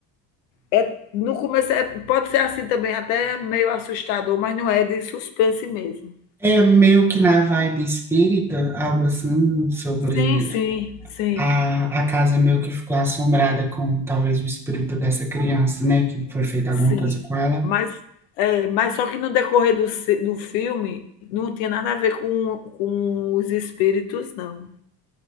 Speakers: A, on the left (about 85°); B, in the centre.
A: É, no começo é- pode ser assim também, até meio assustador, mas não é de suspense mesmo.
B: É meio que na vibe espírita, algo assim, sobre
A: Sim, sim, sim.
B: a, a casa meio que ficou assombrada com talvez o espírito dessa criança, né? Que foi feita
A: Sim,
B: alguma coisa com ela.
A: mas, é, mas só que no decorrer do, ci- do filme não tinha nada a ver com, com os espíritos, não.